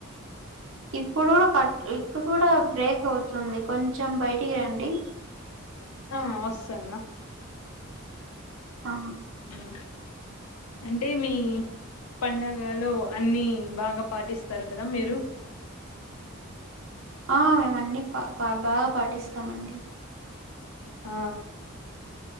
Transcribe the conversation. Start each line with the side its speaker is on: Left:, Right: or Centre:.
Right: ఇప్పుడు కూడా కట్ ఇప్పుడు కూడా బ్రేక్ అవుతుంది కొంచెం బయటికి రండి
Left: హా వస్తాన్న
Right: ఆ
Left: ఉ అంటే మీ పండగలో అన్ని బాగా పాటిస్తారు కదా మీరు
Right: ఆ మేమన్నీ పా పా బాగా పాటిస్తామండి
Left: ఆ